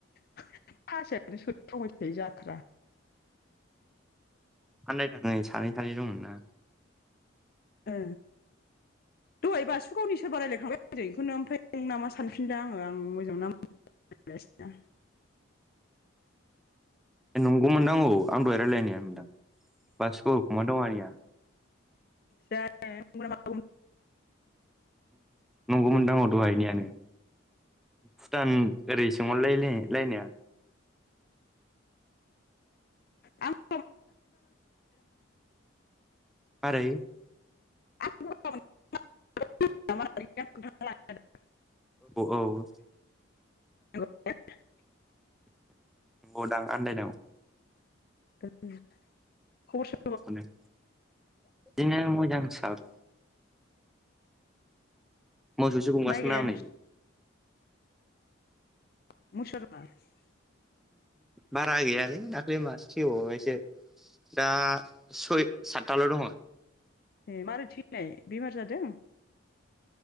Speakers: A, on the left; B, in the centre.
A: <unintelligible> थायो जाथ्रा।
B: आनदायनानै सानै सानै दंमोन ना।
A: ओ।
B: <inaudible>
A: दहाय बासुगावनि सोरबा रायलायखांबाय आंजों इखौनो ओमफ्राय नों नामा सानफिनदों आङो। आं मोजां नाम <unintelligible> <inaudible>
B: ए नंगौमोनदांगौ आं दहाय रायलायनाया मोनदां बासुगाव खुमादावारिया।
A: जानो नंगौ ना <unintelligible>
B: नंगौमोनदां दहायनियानो भुटान ओरै सोंहरलाय लाय लायनाया
A: आं <unintelligible>
B: मारै
A: आंखौ गगा मोनदों <unintelligible> ओमफ्राय आं खोनथाना लानाया लाय
B: औ औ
A: <unintelligible>
B: नंगौ दां आन्दायनायाव
A: <unintelligible> खबर स
B: <unintelligible> बिदिनो मोजां साब मोसौसो गुमगासिनोमोन
A: माइ गाया
B: आं
A: नोंस
B: नै
A: <unintelligible>
B: बारा गैयालै दाख्लै मास थैबावबायसो दा सरि सातथाल' दंङो।
A: ए मारै थैनाय बेमार जादों?